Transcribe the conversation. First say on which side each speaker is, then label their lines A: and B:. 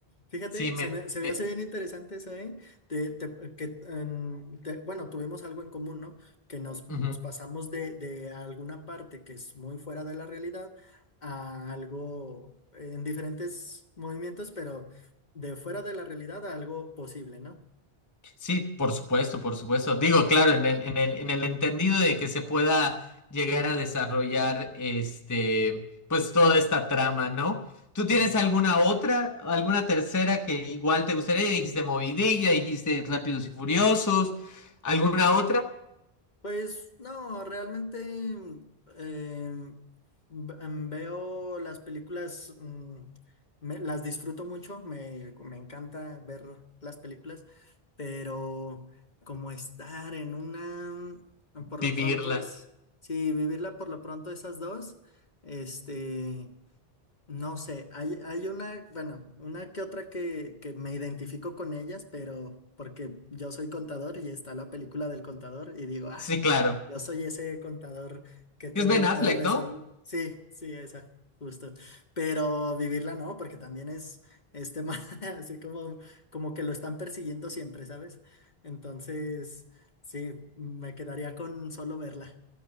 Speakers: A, on the left; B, on the left.
A: Fíjate,
B: Sí, me...
A: se me, se me
B: eh,
A: hace bien interesante eso, ¿eh? Te- te- que, em, te- bueno, tuvimos algo en común, ¿no? Que nos,
B: ujú.
A: nos pasamos de, de alguna parte que es muy fuera de la realidad a algo en diferentes movimientos, pero de fuera de la realidad a algo posible, ¿no?
B: Sí, por supuesto, por supuesto. Digo, claro, en el, en el, en el entendido de que se pueda llegar a desarrollar este, pues toda esta trama, ¿no? ¿Tú tienes
A: Sí.
B: alguna otra, alguna tercera que igual te gustaría? Ya Dijiste Moby Dick, ya dijiste Rápidos y Furiosos, ¿alguna otra?
A: Pues no, realmente mm, em, ve- em, veo las películas, mm, me- las disfruto mucho, me, me encanta ver las películas, pero como estar en una, mm, por lo
B: Vivirla.
A: pronto es, sí, vivirla por lo pronto esas dos, este... No sé, hay, hay una, bueno, una que otra que, que me identifico con ellas, pero porque yo soy contador y está la película del contador y digo, ay,
B: Sí, claro.
A: yo soy ese contador que todo
B: Es Ben
A: lo
B: Affleck,
A: puede resolver.
B: ¿no?
A: Sí, sí, esa, justo. Pero vivirla no, porque también es, este tema <laughs> así como, como que lo están persiguiendo siempre, ¿sabes? Entonces, sí, me quedaría con solo verla.